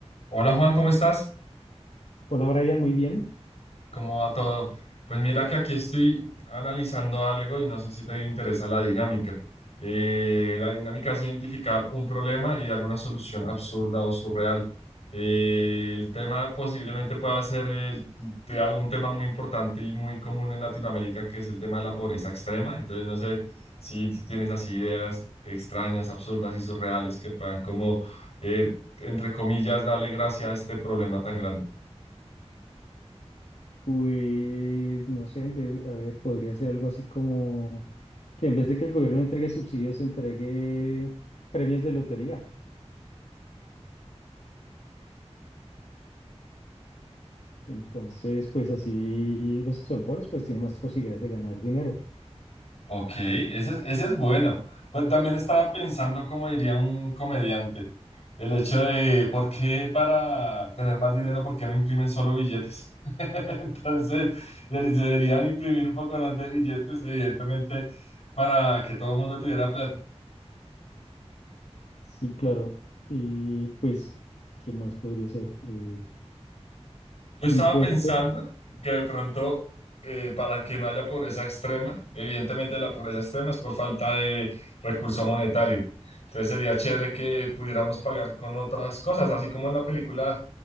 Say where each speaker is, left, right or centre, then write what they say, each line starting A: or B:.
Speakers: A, on the left (about 60°); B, on the left (about 85°).
A: Hola Juan, ¿cómo estás?
B: Hola Brian, muy bien.
A: ¿Cómo va todo? Pues mira que aquí estoy analizando algo y no sé si te interesa la dinámica. Eh, la dinámica es identificar un problema y dar una solución absurda o surreal. Eh, el tema posiblemente pueda ser el- te- un tema muy importante y muy común en Latinoamérica, que es el tema de la pobreza extrema. Entonces no sé si, si tienes así ideas extrañas, absurdas y surreales que puedan como, eh, entre comillas, darle gracia a este problema tan grande.
B: Pues no sé, en vez- a ver, podría ser algo así como que en vez de que el gobierno entregue subsidios, entregue premios de lotería. Entonces, pues así los que son pobres, pues tienen más posibilidades de ganar dinero.
A: Ok, ese, es- ese es bueno. Pues también estaba pensando, como diría un comediante, el hecho de por qué para tener más dinero, por qué no imprimen solo billetes. <laughs> Entonces, debe- deberían imprimir un poco más de billetes, evidentemente, para que todo el mundo tuviera plata.
B: Sí, claro. Y pues, ¿qué más podría ser? Eh,
A: Yo estaba
B: impuesto.
A: pensando que de pronto, eh, para que no haya pobreza extrema, evidentemente la pobreza extrema es por falta de recurso monetario. Entonces sería chévere que pudiéramos pagar con otras cosas, así como en la película